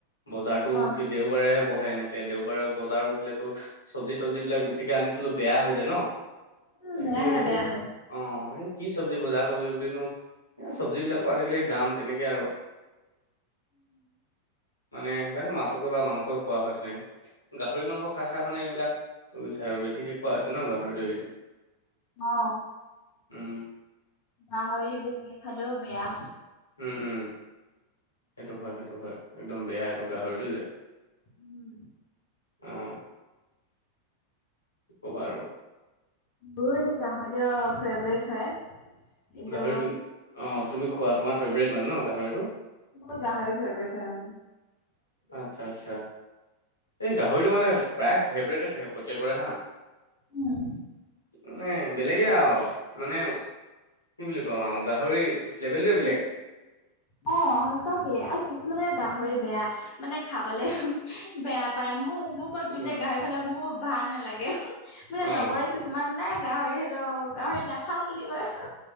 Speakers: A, on the left; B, on the left.
A: বজাৰতো
B: অঁ
A: দেওবাৰেহে বহে এনেকে দেওবাৰে বজাৰ বহিলেতো চব্জি-তব্জি বিলাক বেছিকে আনি থলে বেয়া হৈ যায় ন
B: উম
A: তাকে
B: বেয়া হয়
A: এ
B: বেয়া হয়।
A: অ এই কি চব্জি বজাৰ কৰিবি বুলি নো চব্জিবিলাকো আজিকালি দাম তেনেকে আৰু মানে সেইকাৰণে মাছকে বা মাংসই খোৱা হয় তেনেকে গাহৰি মাংস খাই খাই মানে এইবিলাক হৈছে আৰু বেছিকেই খোৱা হৈছে ন গাহৰিটো এইকেইদিন
B: অ
A: উম
B: গাহৰি বেছিকে খালেও বেয়া।
A: উম উম সেইটো হয় সেইটো হয় একদম বেয়া এইটো গাহৰিটো যে
B: উম
A: উম ক'বা আৰু
B: মোৰোতো গাহৰিটো ফেভৰেট হয়। কিন্তু
A: গাহৰিটো অ তুমি খোৱা তোমাৰ ফেভৰেট মানে ন গাহৰিটো।
B: মোৰ গাহৰি ফেভৰিট হয় উম
A: আচ্ছা আচ্ছা এই গাহৰিটো মানে প্ৰায় ফেভৰেট থাকে প্ৰত্যেকৰে হা
B: উম
A: মানে বেলেগে আৰু মানে কি বুলি কম আৰু গাহৰি লেভেলটোৱে বেলেগ
B: অ সঁচাকে আৰু কিছুমানকে গাহৰি বেয়া মানে খাবলে বেয়া পায় মোক মোক কয়
A: উম
B: জোনে গাহৰি খালে মোৰ ভাল নালাগে। মোৰ এই
A: অ
B: লগৰ কিছুমানে গাহৰিটো গাহৰি নাখাওঁ বুলি কয়